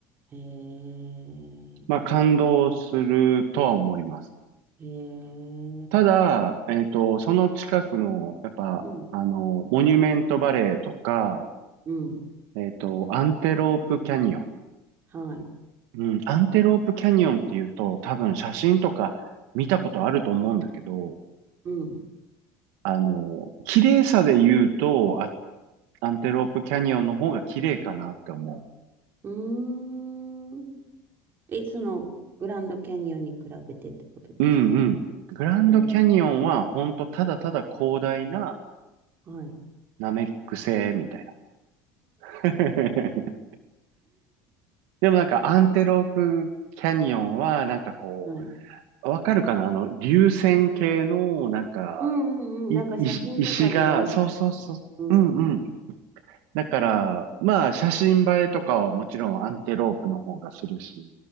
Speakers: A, on the right; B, on the right.
A: へえ、
B: まあ感動するとは思います。
A: へえ、
B: ただ、えーっと、その近くの、やっぱ、
A: うん、
B: あの、モニュメントバレーとか、
A: うん、
B: えっと、アンテロープキャニオン。
A: はい、
B: うん、アンテロープキャニオンっていうと、多分写真とか見たことあると思うんだけど、
A: うん。
B: あの、綺麗さで言うと、あアンテロープキャニオンの方が綺麗かなって思
A: うーん。え、その、グランドキャニオンに比べてってことですか
B: う。うんうん。グランドキャニオンは、
A: ええ、
B: ほんとただただ広大な
A: はい、
B: ナメック星みたいな。<laughs> でもなんかアンテロープキャニオンは、なんかこ
A: はい。
B: う、わかるかなあの、流線形の、なんか、
A: うんうんうん。
B: い、
A: なんか写真とかで見ます。
B: 石、石が、そうそうそう。
A: うんう
B: うんうん。だから、まあ、写真映えとかはもちろんアンテロープの方がするし。